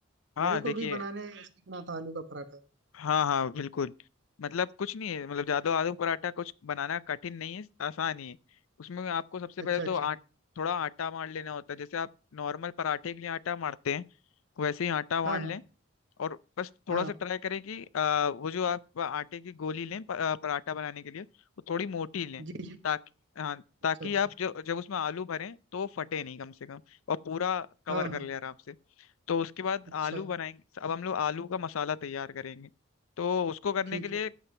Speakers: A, on the left; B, on the right.
A: हाँ
B: मेरे
A: देखिए
B: को भी बनाने सीखना था आलू का पराठा
A: हाँ हाँ बिल्कुल मतलब कुछ नहीं है मतलब जादू आलू पराठा कुछ बनाना कठिन नहीं है आसान ही है उसमें आपको सबसे
B: अच्छा
A: पहले तो
B: अच्छा
A: आट थोड़ा आटा मार लेना होता है जैसे आप नॉर्मल पराठे के लिए आटा मारते हैं वैसे ही आटा मार
B: हाँ हाँ
A: लें और बस थोड़ा
B: हाँ
A: सा ट्राई करें कि आ, वो जो आप आटे की गोली लें प- आ, पराठा बनाने के लिए वो थोड़ी मोटी लें
B: जी जी
A: ताकि हाँ ताकि
B: अच्छा अच्छा
A: आप जब जब उसमें आलू भरें तो वो फटे नहीं कम से कम और पूरा कवर
B: हाँ
A: कर
B: हाँ
A: ले आराम से तो उसके बाद
B: अच्छा
A: आलू बनाएंगे अब हम लोग आलू का मसाला तैयार करेंगे तो उसको करने
B: ठीक
A: के लिए
B: है